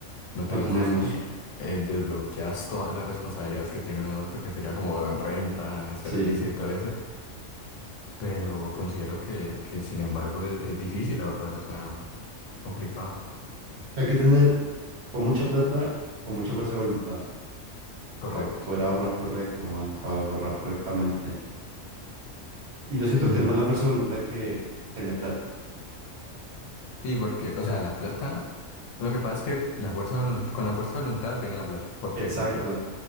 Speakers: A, on the left; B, on the right.
A: no tenemos
B: no tenemos.
A: eh, eh, desbloqueadas todas las responsabilidades que tiene un adulto, que sería como renta, servicio
B: Sí,
A: y todo eso, pero considero que, que sin embargo es, es difícil ahorrar, o sea, es complicado.
B: hay que tener o mucha plata o mucha fuerza de voluntad
A: Correcto.
B: para poder ahorrar correcto, mano, para ahorrar correctamente. Y yo siento
A: Mm,
B: que es más la fuerza de voluntad que tener plata.
A: Sí, porque, o sea, la plata, lo que pasa es que la fuerza de volunt- con la fuerza de voluntad viene la plata. ¿Por qué?
B: Exacto.
A: Porque